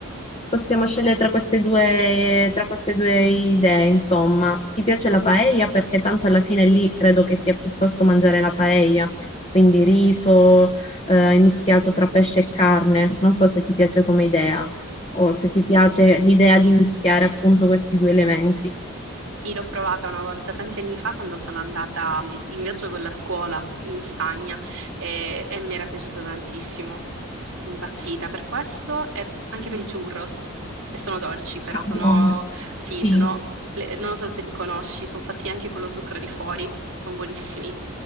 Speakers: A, on the left; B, on the right.
A: Possiamo scegliere tra queste due, tra queste due idee, insomma. Ti piace la paella? Perché tanto alla fine lì credo che sia piuttosto mangiare la paella, quindi riso, eh, mischiato tra pesce e carne. Non so se ti piace come idea o se ti piace l'idea di mischiare appunto questi due elementi.
B: Sì, l'ho provata una volta tanti anni fa quando sono andata mm, in viaggio con la scuola in Spagna e, e mi era piaciuta tantissimo, impazzita per questo e anche per i churros, che sono dolci, però
A: Ah,
B: sono,
A: Buono,
B: sì,
A: sì.
B: sono, le- non lo so se li conosci, sono fatti anche con lo zucchero di fuori, sono buonissimi.